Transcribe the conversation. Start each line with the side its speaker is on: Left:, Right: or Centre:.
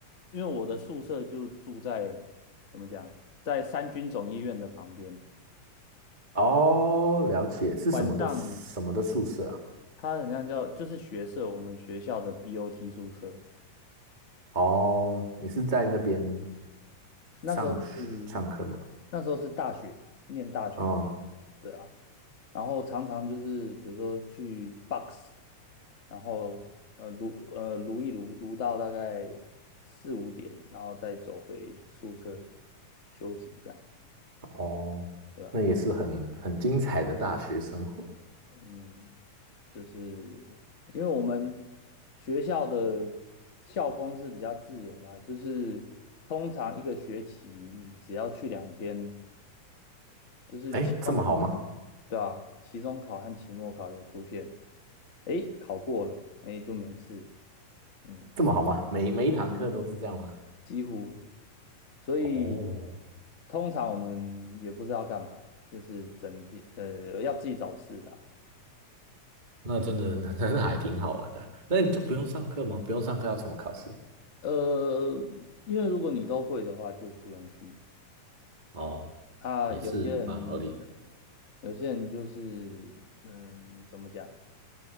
Left: 因为我的宿舍就住在怎么讲，在三军总医院的旁边，
Right: 哦，了解，是什么的什么的宿舍啊？
Left: 晚上它好像叫就是学舍，我们学校的 BOT 宿舍。
Right: 哦，你是在那边
Left: 那时候是
Right: 上学上课吗？
Left: 那时候是大学，念大学的
Right: 哦
Left: 对啊，然后常常就是比如说去 box，然后呃撸呃撸一撸，撸到大概四五点，然后再走回宿舍休息一下，
Right: 哦，
Left: 对啊，
Right: 那也是很很精彩的大学生活。
Left: 嗯，就是因为我们学校的校风是比较自由啦，就是通常一个学期只要去两天。就是期中考，
Right: 诶，这么好吗？
Left: 对啊，期中考和期末考有出现，诶，考过了，诶，就没事，嗯，
Right: 这么好吗？每每一堂课都是这样吗？
Left: 几乎，所以
Right: 哦，
Left: 通常我们也不知道干嘛，就是整体呃要自己找事啊，
Right: 那真的 <laughs> 那还挺好玩的。那你就不用上课吗？不用上课要怎么考试？
Left: 呃，因为如果你都会的话，就不用去
Right: 哦，
Left: 啊，
Right: 也是蛮合理的，
Left: 有些人有些人就是嗯，怎么讲？